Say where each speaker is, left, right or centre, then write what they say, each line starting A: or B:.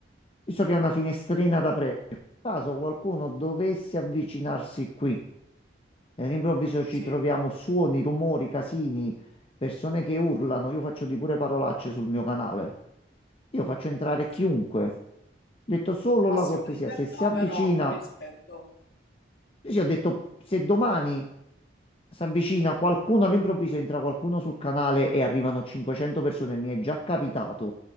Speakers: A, on the left; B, on the left.
A: visto che è una finestrina da premio, caso qualcuno dovesse avvicinarsi qui E all'improvviso ci
B: sì,
A: troviamo suoni, rumori, casini, persone che urlano. Io faccio di pure parolacce sul mio canale. Io faccio entrare chiunque.
B: sì.
A: Ho Detto solo
B: Massima
A: la cortesia,
B: libertà,
A: se si avvicina
B: però con rispetto.
A: io sì, ho detto, se domani si avvicina qualcuno all'improvviso, entra qualcuno sul canale e arrivano 500 persone, mi è già capitato.